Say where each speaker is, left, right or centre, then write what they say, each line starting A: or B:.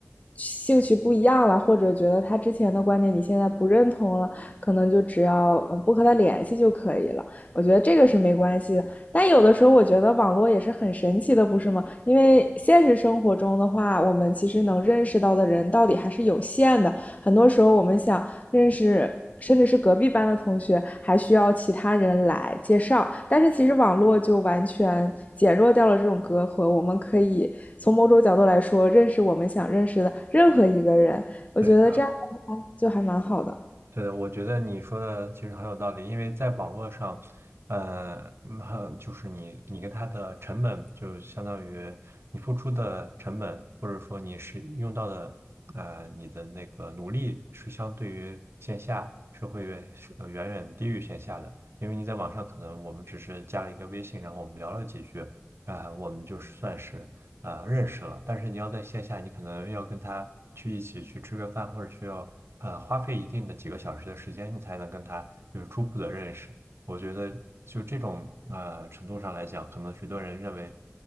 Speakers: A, on the left (about 35°); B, on the right (about 80°).
A: 兴趣不一样了，或者觉得他之前的观点你现在不认同了，可能就只要呃不和他联系就可以了。我觉得这个是没关系的。但有的时候我觉得网络也是很神奇的，不是吗？因为现实生活中的话，我们其实能认识到的人到底还是有限的。很多时候我们想认识，甚至是隔壁班的同学，还需要其他人来介绍。但是其实网络就完全减弱掉了这种隔阂，我们可以从某种角度来说，认识我们想认识的任何一个人。我觉得这样的话就还蛮好的。
B: 对的。对的，我觉得你说的其实很有道理，因为在网络上，呃，嗯很就是你你跟他的成本，就相当于你付出的成本，或者说你是用到的，呃，你的那个努力是相对于线下是会远是呃远远低于线下的，因为你在网上可能我们只是加了一个微信，然后我们聊了几句，啊、我们就算是。呃认识了，但是你要在线下，你可能要跟他去一起去吃个饭，或者需要呃花费一定的几个小时的时间，你才能跟他有初步的认识。我觉得就这种呃程度上来讲，可能许多人认为